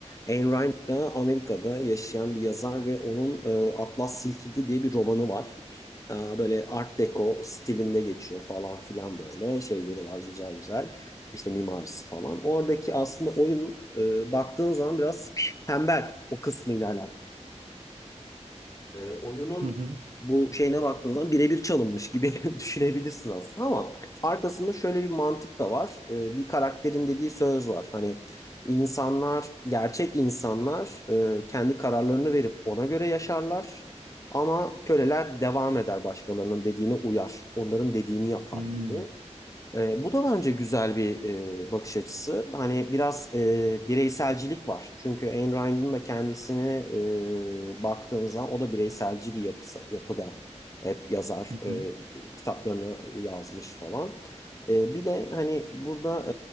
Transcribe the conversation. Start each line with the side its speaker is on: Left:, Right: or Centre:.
Left: Ayn Rand da Amerika'da yaşayan bir yazar ve onun e, Atlas Silkidi diye bir romanı var. Aa, Böyle Art Deco stilinde geçiyor falan filan böyle şeyleri var güzel güzel işte mimarisi falan. Oradaki aslında oyun e, baktığın zaman biraz tembel o kısmıyla alakalı. E, oyunun
Right: Hı hı.
Left: bu şeyine baktığın zaman birebir çalınmış gibi <laughs> düşünebilirsin aslında ama arkasında şöyle bir mantık da var. E, bir karakterin dediği söz var. Hani insanlar, gerçek insanlar e, kendi kararlarını verip ona göre yaşarlar. Ama köleler devam eder başkalarının dediğine uyar. Onların dediğini yapar
Right: Hımm.
Left: gibi. E, bu da bence güzel bir e, bakış açısı. Hani biraz e, bireyselcilik var. Çünkü Ayn Rand'ın da kendisini e, baktığınız zaman o da bireyselci bir yapısı, yapıda. Hep yazar,
Right: Hı hı.
Left: e, kitaplarını yazmış falan. E, bir de hani burada